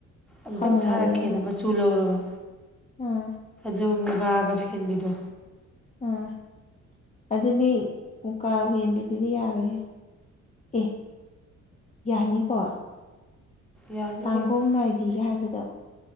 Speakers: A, in the centre; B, on the left (about 25°).
A: ꯑꯝꯇ
B: ꯍꯪꯉꯁꯦ
A: ꯎꯁꯥꯔꯛꯀꯦꯅ ꯃꯆꯨ ꯂꯧꯔꯕ
B: ꯎꯝ
A: ꯑꯗꯨ ꯃꯨꯒꯥꯒ ꯐꯦꯟꯕꯤꯗꯣ
B: ꯌꯝ ꯑꯗꯨꯗꯤ ꯃꯨꯛꯀꯥ ꯐꯦꯟꯕꯤꯗꯨꯗꯤ ꯌꯥꯔꯣꯏꯍꯦ ꯑꯦ ꯌꯥꯅꯤꯀꯣ
A: ꯌꯥꯅꯤ
B: ꯇꯥꯡꯒꯣꯡ
A: ꯀꯩꯅꯣ
B: ꯅꯥꯏꯕꯤꯒ ꯍꯥꯏꯕꯗꯣ